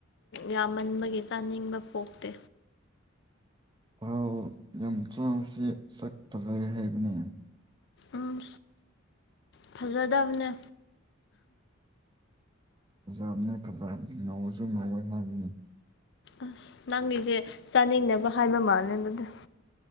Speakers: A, on the left; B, on the right.
A: ꯌꯥꯝꯃꯟꯕꯒꯤ ꯆꯥꯅꯤꯡꯕ ꯄꯣꯛꯇꯦ
B: ꯊꯥꯎ ꯌꯥꯝ ꯆꯥꯎꯁꯦ ꯁꯛ ꯐꯖꯩ ꯍꯥꯏꯕꯅꯦ
A: ꯎꯝ ꯐꯖꯗꯕꯅꯦ
B: ꯐꯖꯕꯅꯦ ꯐꯖꯕꯅꯦ ꯉꯧꯔꯁꯨ ꯉꯧꯋꯦ ꯍꯥꯏꯔꯤꯅꯤ
A: ꯑꯁ ꯅꯪꯒꯤꯁꯦ ꯆꯥꯅꯤꯡꯅꯕ ꯍꯥꯏꯕ ꯃꯥꯜꯂꯦ ꯑꯗꯨꯗ